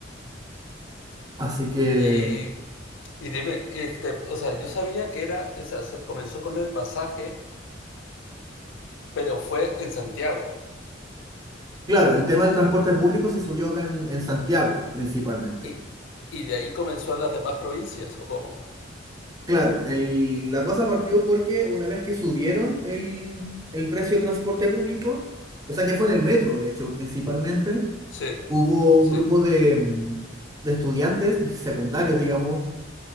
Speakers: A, on the right; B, on the left.
A: Así que,
B: Y Y dime, este, o sea, yo sabía que era, o sea, se- comenzó con el pasaje, pero fue en Santiago.
A: claro, el tema del transporte público se subió acá en, en Santiago, principalmente.
B: Y, y de ahí comenzó a las demás provincias, ¿o cómo?
A: Claro, el- la cosa partió porque una vez que subieron el, el precio del transporte público, o sea que fue en el metro, de hecho, principalmente,
B: Sí,
A: hubo
B: sí,
A: un grupo de, mm, de estudiantes secundarios, digamos,